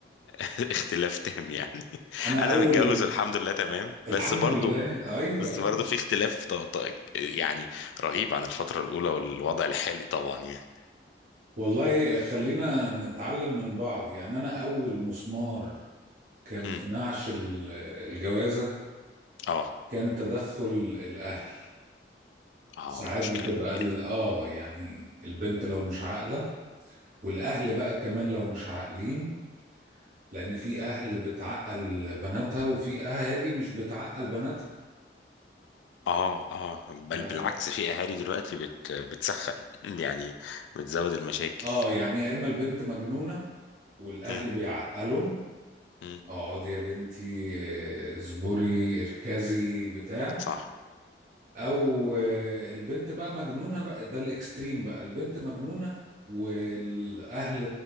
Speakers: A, on the left; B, on the right.
A: <laughs> اختلاف تام يعني <laughs>
B: انا
A: انا
B: اول
A: متجوز الحمد لله تمام بس
B: الحمد
A: برضو
B: لله ايوه
A: بس
B: ايوه
A: برضو في اختلاف ط- ط- يعني رهيب عن الفتره الاولى والوضع الحالي طبعا يعني
B: والله خلينا نتعلم من بعض يعني انا اول مسمار كان
A: مم.
B: في نعش ال- الجوازة
A: اه
B: كان تدخل الأهل
A: اه
B: ساعات
A: مشكلة
B: بتبقى
A: كبيرة
B: ال- اه يعني البنت لو مش عاقلة والأهل بقى كمان لو مش عاقلين لأن في أهل بتعقل بناتها وفي أهالي مش بتعقل بناتها
A: اه اه بل
B: ف
A: بالعكس في اهالي دلوقتي بت بتسخن <laughs> يعني بتزود المشاكل
B: اه يعني يا إما البنت مجنونة والأهل
A: مم.
B: بيعقلوا
A: مم.
B: اقعدي يا بنتي آه، اصبري اركزي بتاع
A: صح
B: او آه، البنت بقى مجنونه بقى ده الاكستريم بقى البنت مجنونه والاهل